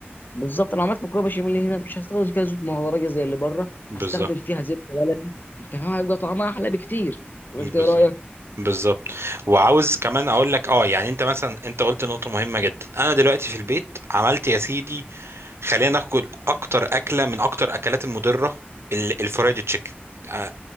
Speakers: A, on the left (about 50°); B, on the right (about 80°).
A: بالظبط انا عملت مكرونه بشاميل هنا مش هستخدم فيها زيوت مهدرجه زي اللي بره
B: بالظبط
A: هستخدم فيها زبده بلدي انت فاهم هيبقى طعمها احلى بكتير ولا
B: بالظبط
A: انت ايه رايك؟
B: بالظبط وعاوز كمان اقول لك اه يعني انت مثلا انت قلت نقطة مهمة جدا انا دلوقتي في البيت عملت يا سيدي خلينا ناكل اكتر اكلة من اكتر اكلات المضرة ال- الفرايد تشيكن آه،